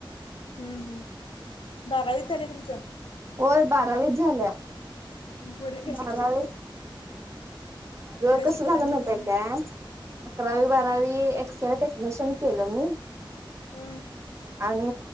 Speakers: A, on the left; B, on the right.
A: हम्म, हम्म बारावी झाल्या तुमची.
B: होय बारावीच झाल्या.
A: पुढे काय शिकला
B: बारावी
A: नाही
B: अगं
A: पुढे
B: कस
A: शिकला
B: झाल
A: नाही
B: माहिताय
A: हम्म
B: काय, अकरावी बारावी त्याला टेक्निशियन केलं मी.
A: हम्म.
B: आणि